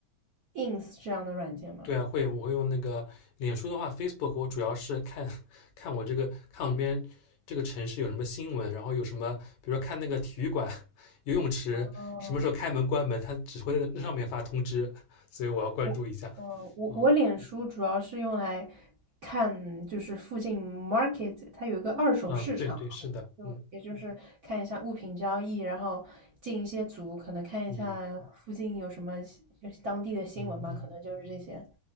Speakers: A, on the right; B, on the left.
A: Ins 这样的软件吗？
B: 对啊，会我会用那个脸书的话，Facebook 我主要是看 <laughs> 看我这个看我们这边这个城市有什么新闻，然后有什么，比如说看那个体育馆、<laughs> 游泳池什么时候开门关门，
A: 嗯，
B: 他只会在那上面发通知，所以我要关注一下。
A: 我，呃，我我脸书主要是用来
B: 啊
A: 看，就是附近 market 它有一个二手市场啊，
B: 嗯，对对是的，
A: 就也就是看一下物品交易，
B: 嗯
A: 然后进一些组，可能看一下附近有什么就是当地的新闻吧，
B: 嗯嗯嗯，
A: 可能就是这些。